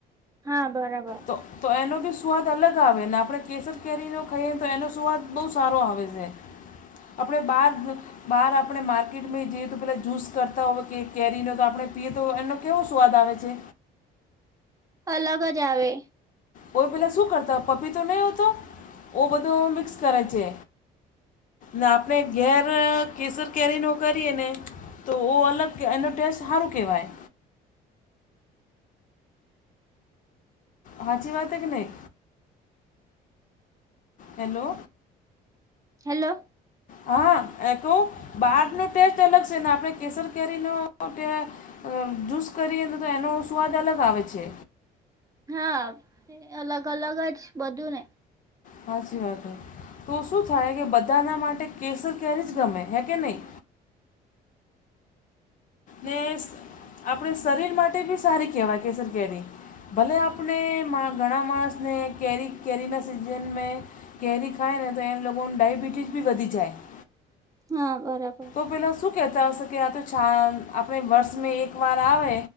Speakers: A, on the right; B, on the left.
A: હા બરાબર
B: તો તો એનો બી સ્વાદ અલગ આવે આપડે કેસર કેરીનો ખાઈએ ને તો એનો સ્વાદ બહુ સારો આવે છે આપડે બાર બહાર આપણે માર્કેટમાં જઈએ તો પેલા જુસ કરતા હોય કે કેરીનો તો આપણે પીએ તોય એનો કેવો સ્વાદ આવે છે?
A: અલગ જ આવે
B: ઓ એ પેલા શું કરતા પપીતો નઈ હતો ઓ બધો મિક્સ કરે છે ને આપણે ઘેર કેસર કેરી નો કરીએ ને તો ઓ અલગ એનો ટેસ્ટ હારું કેવાય હાચી વાતહે કે નઈ હેલો
A: હેલો
B: હા એ તો બહાર નો ટેસ્ટ અલગ છે ને આપણે કેસર કેરી નો ટે અ જૂસ કરીએને તો એનો સ્વાદ અલગ આવે છે
A: હા અલગ અલગ જ બધું ને
B: હાચી વાત તો શું થાય કે બધાના માટે કેસર કેરી જ ગમે હે કે નહીં ને આપણે શરીર માટે બી સારી કહેવાય કેસર કેરી ભલે આપણે ઘણા માણસને કેરી કેરીના સીઝનમાં કેૅરી ખાયને તો એ લોકોગને ડાયબિટીઝ બી વધી જાય <inaudible>
A: હા બરાબર
B: તો પહેલાં શું કહેતા હશે કે આ તો છ આપણે વર્ષ મેં એક વાર આવે